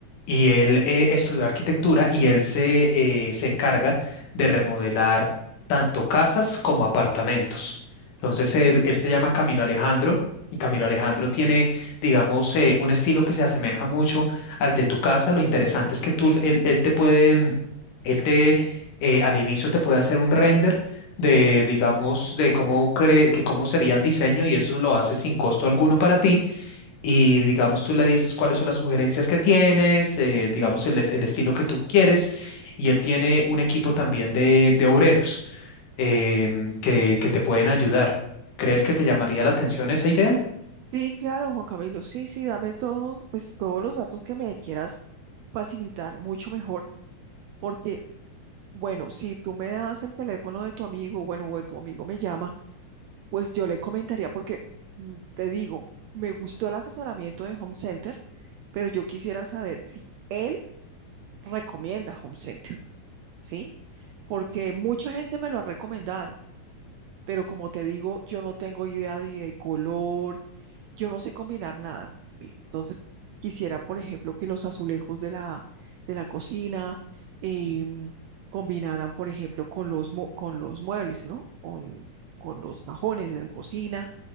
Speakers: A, on the left (about 85°); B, on the right (about 85°).
A: y él eh, estudió arquitectura y él se, eh, se encarga de remodelar tanto casas como apartamentos. Entonces, él, él
B: Ay,
A: se llama
B: qué bueno.
A: Camilo Alejandro y Camilo Alejandro tiene, digamos, eh, un estilo que se asemeja mucho al de tu casa. Lo interesante es que tú, él, él te puede... mm, Él te, eh, al inicio te puede hacer un render de, digamos, de cómo cree que cómo sería el diseño y eso lo hace sin costo alguno para ti. Y digamos, tú le dices cuáles son las sugerencias que tienes, eh, digamos, el, es- el estilo que tú quieres. Y él tiene un equipo también de, de obreros em, que, que te pueden ayudar. ¿Crees que te llamaría la atención esa idea?
B: Sí, claro, Juan Camilo, sí, sí, dame todo, pues todos los datos que me quieras facilitar, mucho mejor, porque, bueno, si tú me das el teléfono de tu amigo, bueno, o de tu amigo me llama, pues yo le comentaría, porque mm, te digo, me gustó el asesoramiento de Home Center, pero yo quisiera saber si él recomienda Home Center, ¿sí? porque mucha gente me lo ha recomendado, pero como te digo, yo no tengo idea ni de color, yo no sé combinar nada. Mira, Entonces, quisiera, por ejemplo, que los azulejos de la, de la cocina em, combinaran, por ejemplo, con los, mu- con los muebles, ¿no? Con, con los cajones de la cocina.